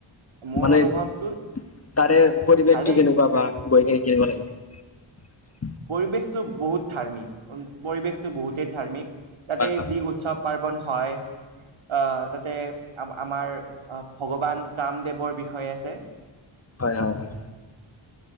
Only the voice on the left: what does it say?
মানে
তাৰে পৰিৱেশটো
কেনেকুৱা বা? গৈ কিনে কেনেকুৱা লাগিছে?
হয় হয়
হয়- হয়- হয়।